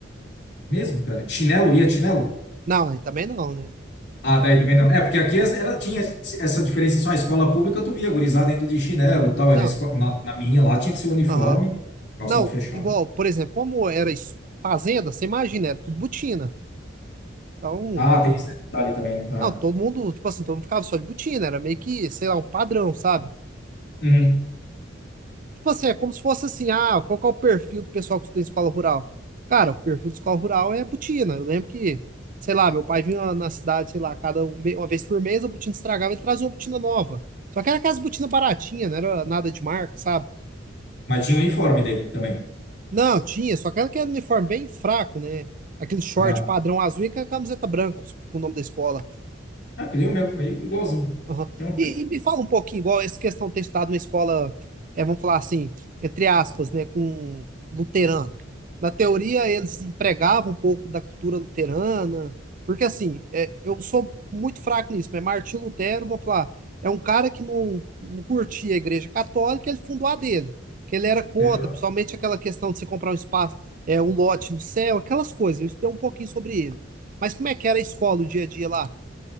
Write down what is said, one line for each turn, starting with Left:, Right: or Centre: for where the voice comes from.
Left: Mesmo, cara. Chinelo, ia de chinelo?
Right: Não, aí também não, né?
Left: Ah, daí também não. É, porque aqui
Right: Ah,
Left: é, era, tinha esse- essa diferenciação. A escola pública, tu via a gurizada indo de chinelo e tal.
Right: não,
Left: E na, esco- na, na minha lá tinha que ser uniforme,
Right: aham.
Left: calçado
Right: Não,
Left: fechado.
Right: igual, por exemplo, como era es- fazenda, você imagina, era tudo botina. Então,
Left: Ah, tem esse detalhe também, né? Ah.
Right: Não, todo mundo, tipo assim, todo mundo ficava só de botina, era meio que, sei lá, um padrão, sabe?
Left: Uhum.
Right: Tipo assim, é como se fosse assim, ah, qual que é o perfil do pessoal que estuda em escola rural? Cara, o perfil de escola rural é botina. Eu lembro que, sei lá, meu pai vinha na- na cidade, sei lá, cada um me- uma vez por mês a botina estragava e trazia uma botina nova. Só que era aquelas botinas baratinhas, não era nada de marca, sabe?
Left: Mas tinha uniforme daí também.
Right: Não, tinha, só aquela que era uniforme bem fraco, né? Aquele short
Left: Ah,
Right: padrão azul e com a camiseta branca com o nome da escola.
Left: ah que nem o meu, aí igualzinho.
Right: Aham.
Left: Mesma
Right: E, e me fala um pouquinho, igual essa questão de ter estudado numa escola, é, vamos falar assim, entre aspas, né, com luterana. Na teoria, eles empregavam um pouco da cultura luterana, porque assim, é, eu sou muito fraco nisso, mas Martinho Lutero, vamos falar, é um cara que não, não curtia a igreja católica, ele fundou a dele, que ele era contra,
Left: coisa.
Right: principalmente aquela questão de você comprar um espaço, é, um lote no céu, aquelas coisas. Eu estudei um pouquinho sobre ele. Mas como é que era a escola, o dia a dia lá?